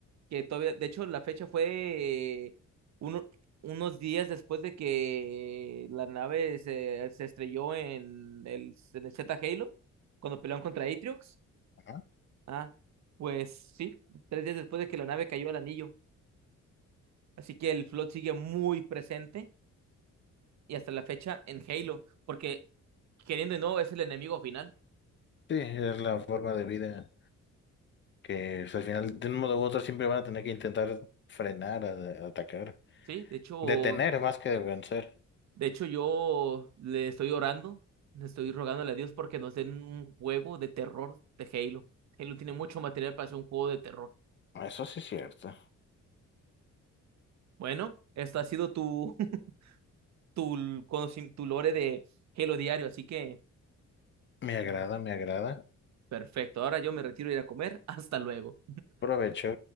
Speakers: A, on the right; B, on the left.
A: que todavía, de hecho la fecha fue eh, uno- unos días después de que la nave se, se estrelló en el, en el Z Halo, cuando pelearon contra Atriox,
B: Ajá.
A: ah, pues sí, tres días después de que la nave cayó al anillo, así que el Flood sigue muy presente y hasta la fecha en Halo, porque queriendo o no es el enemigo final.
B: Sí, es la forma de vida que pues, al final, de un modo u otro, siempre van a tener que intentar frenar, a- a atacar.
A: Sí, de hecho,
B: Detener más que vencer.
A: de hecho yo le estoy orando, le estoy rogándole a Dios porque nos den un juego de terror de Halo. Halo tiene mucho material para hacer un juego de terror.
B: Eso sí es cierto.
A: Bueno, esto ha sido tu, <laughs> tu, conoci- tu lore de Halo diario, así que
B: Me agrada, me agrada.
A: perfecto. Ahora yo me retiro a ir a comer. <laughs> Hasta luego.
B: Provecho.